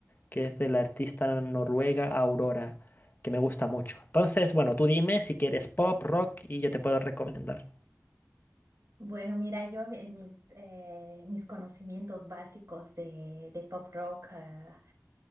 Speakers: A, on the left (about 40°); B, on the right (about 85°).
A: que es de la artista noruega Aurora, que me gusta mucho. Entonces, bueno, tú dime si quieres pop, rock y yo te puedo recomendar.
B: Bueno, mira, yo en en mis, eh, mis conocimientos básicos de, de pop rock ah,